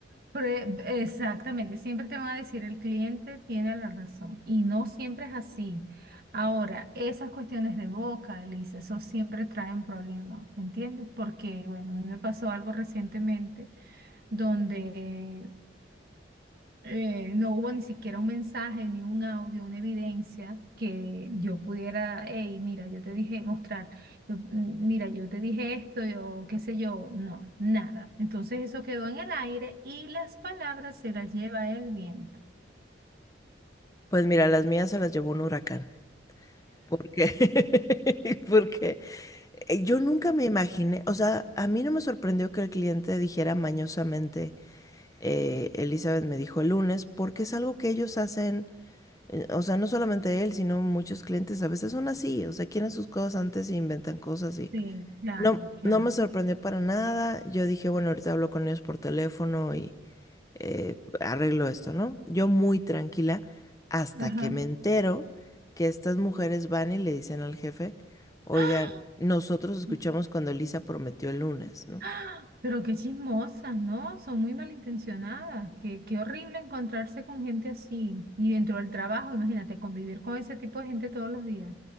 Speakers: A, on the right; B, on the left.
A: Pre- Exactamente, siempre te va a decir el cliente tiene la razón y no siempre es así. Ahora, esas cuestiones de boca, Elisa, eso siempre traen problemas, ¿me entiendes? Porque, bueno, a mí me pasó algo recientemente donde eh, no hubo ni siquiera un mensaje, ni un audio, una evidencia que yo pudiera, hey, mira, yo te dije mostrar, yo, mm, mira, yo te dije esto, yo qué sé yo, no, nada. Entonces eso quedó en el aire y las palabras se las lleva el viento.
B: Pues mira, las mías se las llevó un huracán. Porque, <laughs> porque eh, yo nunca me imaginé, o sea, a mí no me sorprendió que el cliente dijera mañosamente. eh, Elizabeth me dijo el lunes, porque es algo que ellos hacen, eh, o sea, no solamente él, sino muchos clientes a veces son así, o sea, quieren sus cosas antes y inventan cosas y
A: Sí, claro,
B: no,
A: claro.
B: no me sorprendió para nada. Yo dije, bueno, ahorita hablo con ellos por teléfono y eh, arreglo esto, ¿no? Yo muy tranquila hasta
A: Ajá.
B: que me entero que estas mujeres van y le dicen al jefe, oigan,
A: ¡Ah!
B: nosotros escuchamos
A: <gasps>
B: cuando Elisa prometió el lunes, ¿no?
A: ¡Ah! Pero qué chismosas, ¿no? Son muy malintencionadas. Qué, qué horrible encontrarse con gente así. Y dentro del trabajo, imagínate, convivir con ese tipo de gente todos los días.